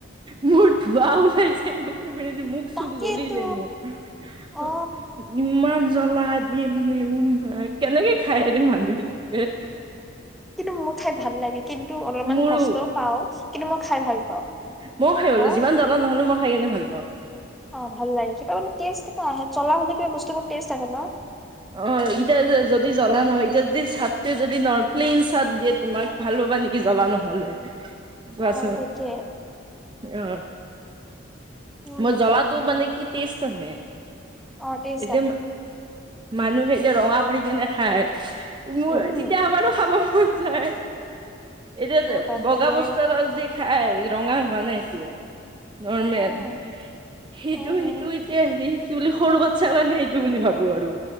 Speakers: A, on the right; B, in the centre.
A: মোৰ ধোৱা ওলাইছে মুখ
B: তাকেইতো
A: চুখ জ্বলি যায় মোৰ
B: অ
A: ইমান জ্বলা দে মানে উ মা কেনেকে খায়ৰে মানুহ বিলাকে
B: কিন্তু মোৰ খাই ভাল লাগে কিন্তু অলপমান
A: মোৰো
B: কষ্টও পাও কিন্তু মই খাই ভাল পাওঁ
A: ময়ও খাই গলো
B: ন
A: যিমান জ্বলা নহলেো মই খাই কিনে ভাল পাওঁ
B: অ ভাল লাগিছে মানে ক আহ জ্বলা হলে কিবা বস্তুবোৰ টেষ্ট আহে ন
A: অ এতিয়া যদি জ্বলা নহয় এতিয়া চাটটে যদি ন প্লেইন চাট দিয়ে তোমাক ভাল পাবা নেকি জ্বলা নহ'লে কোৱাচোন
B: অ তাকে
A: অ
B: উম
A: মোৰ জ্বলাটো মানে কি টেষ্ট আনেে
B: অ টেষ্ট
A: এই যে
B: আহে
A: মানুহে এতিয়া ৰঙা কৰি কেনে খায় মোৰ
B: উম
A: তেতিয়া আমাৰো খাব মন যায় এতিয়া
B: মোৰ বাপৰে
A: বগা বস্তু এটা যদি খাই ৰঙা হোৱা নাই একো নৰ্মেল
B: উম
A: সেইটো
B: উম
A: সেইটো এতিয়া হেৰি কি বুলি সৰু বাচ্ছাৰ কাৰণে এইটো বুলি ভাবো আৰু